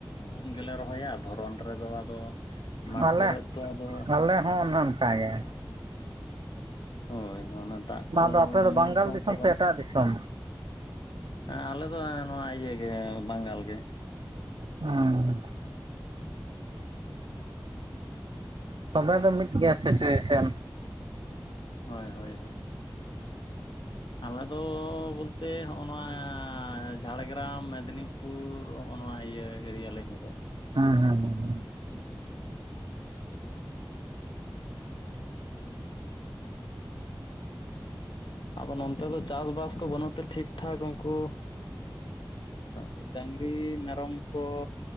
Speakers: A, on the left (about 75°); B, on the right (about 85°).
A: ᱩᱱ ᱜᱮᱞᱮ ᱨᱚᱦᱚᱭᱟ, ᱫᱷᱚᱨᱚᱱ ᱨᱮᱫᱚ ᱟᱫᱚ ᱢᱟᱴ
B: ᱟᱞᱮ
A: ᱠᱚᱨᱮᱛ ᱛᱮ ᱟᱫᱚ
B: ᱟᱞᱮ ᱦᱚᱸ ᱚᱱᱮ ᱚᱱᱠᱟ ᱜᱮ᱾
A: ᱦᱳᱭ ᱚᱱᱟ ᱫᱟᱜ ᱠᱚ
B: ᱚᱱᱟ ᱫᱚ ᱟᱯᱮ ᱫᱚ
A: ᱢᱤᱱᱤ
B: ᱵᱟᱝᱜᱟᱞ
A: ᱠᱚ
B: ᱫᱤᱥᱚᱢ
A: ᱚᱱᱠᱟ
B: ᱥᱮ
A: ᱵᱟᱹᱱᱩᱜ
B: ᱮᱴᱟᱜ ᱫᱤᱥᱚᱢ᱾
A: ᱦᱮᱸ ᱟᱞᱮ ᱫᱚ ᱮᱸ ᱱᱚᱣᱟ ᱤᱭᱟᱹ ᱜᱮ ᱵᱟᱝᱜᱟᱞ ᱜᱮ᱾
B: ᱦᱮᱸᱻ ᱪᱷᱟᱰᱟ ᱫᱚ ᱢᱤᱫ ᱜᱮᱭᱟ ᱥᱤᱪᱩᱭᱮᱥᱚᱱ᱾
A: ᱦᱳᱭ ᱦᱳᱭ ᱦᱳᱭ᱾ ᱟᱞᱮ ᱫᱚ ᱵᱚᱞᱛᱮ ᱦᱚᱸᱜᱼᱚ ᱱᱚᱣᱟ ᱡᱷᱟᱲᱜᱨᱟᱢ ᱢᱮᱫᱽᱱᱤ ᱯᱩᱨ ᱦᱚᱸᱜᱼᱚ ᱱᱚᱣᱟ ᱤᱭᱟᱹ ᱦᱮᱨᱤᱭᱟ ᱞᱮ ᱧᱩ ᱠᱟᱜ
B: ᱦᱮᱸᱦᱮᱸ ᱮᱸᱻ
A: ᱟᱫᱚ ᱱᱚᱱᱛᱮ ᱫᱚ ᱪᱟᱥ ᱵᱟᱥ ᱠᱚ ᱵᱟᱹᱱᱩᱜ ᱛᱮ ᱴᱷᱤᱠ ᱴᱷᱟᱠ ᱩᱱᱠᱩ ᱚᱸᱻ ᱰᱟᱝᱨᱤ ᱢᱮᱨᱚᱢ ᱠᱚᱻ᱾